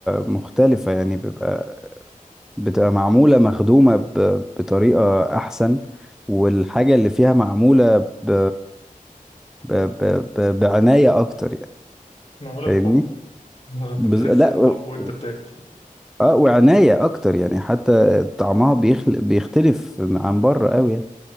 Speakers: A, in the centre; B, on the left.
A: مختلفه يعني بيبقى بتبقى معموله مخدومه ب- بطريقه احسن والحاجه اللي فيها معموله ب... ب... ب... ب... بعنايه اكتر يعني
B: معمولة
A: فاهمني
B: بحب آه، انت
A: بز...
B: بتحس
A: لا
B: الحب
A: و-
B: وانت
A: و-
B: بتاكل كده
A: اه وعنايه اكتر يعني حتى طعمها بيخل... بيختلف عن بره قوي يعني